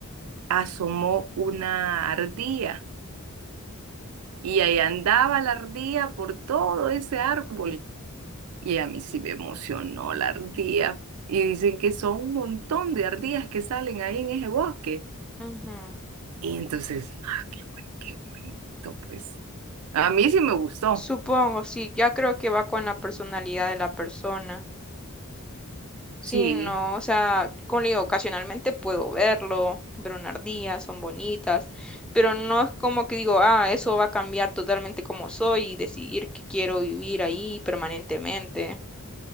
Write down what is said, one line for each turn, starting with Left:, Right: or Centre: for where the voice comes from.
Right: asomó una ardilla y ahí andaba la ardilla por todo ese árbol y a mí sí me emocionó la ardilla y dicen que son un montón de ardillas que salen ahí en ese bosque
Centre: ujú.
Right: y entonces, ah, qué bueno, qué bonito, pues a mí sí me gustó,
Centre: Supongo, sí, ya creo que va con la personalidad de la persona. Sí,
Right: sí.
Centre: no, o sea, como le digo, ocasionalmente puedo verlo, ver una ardilla, son bonitas, pero no es como que digo, ah, eso va a cambiar totalmente como soy y decidir que quiero vivir ahí permanentemente.